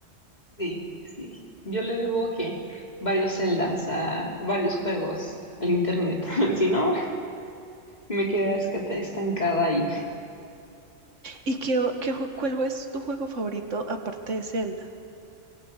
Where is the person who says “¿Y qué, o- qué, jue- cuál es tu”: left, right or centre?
Right